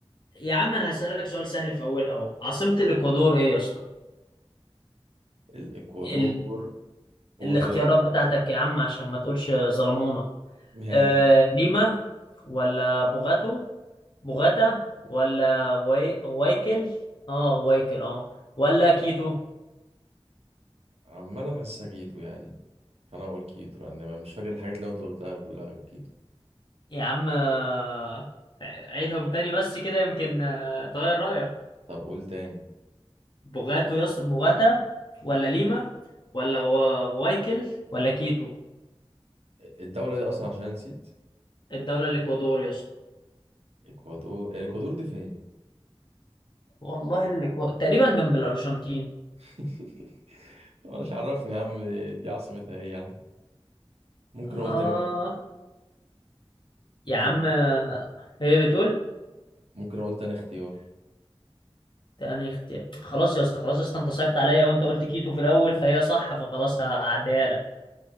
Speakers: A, on the left; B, on the right.
A: يا عم انا هسألك سؤال سهل في اولها اهو عاصمة الاكوادور ايه يا اسطى
B: الإكوادور
A: ال...
B: قول
A: الاختيارات
B: كده الاختيارات
A: بتاعتك يا عم عشان ما تقولش ظلمونا
B: ماشي
A: آه... ليما ولا بوغاتو بوغاتا ولا غوي... غويكل اه غويكل اه ولا كيتو
B: عمال حاسسها كيتو يعني فانا هقول كيتو لان ما- مش فاكر الحاجات اللي انت قلتها كلها غير كيتو
A: يا عم آه، عيدهم تاني بس كده يمكن آه، تغير رأيك
B: طب قول تاني
A: بوغاتو يا اسطى بوغاتا ولا ليما ولا غو... غويكل ولا كيتو
B: الدولة دي اصلا عشان نسيت
A: الدولة الاكوادور يا اسطى
B: اكوادور الاكوادور دي فين
A: والله اللي كو... تقريبا جنب الأرجنتين
B: <laughs> طب انا مش عرفني يا عم دي عاصمتها ايه يا عم ممكن
A: آه
B: اقول تاني واحد
A: يا عم
B: تاني
A: هي بتقول
B: ممكن اقول تاني اختيار
A: تاني اختيار خلاص يا اسطى خلاص يا اسطى انت صعبت عليا وانت قلت كيتو في الأول فهي صح فخلاص هعديها لك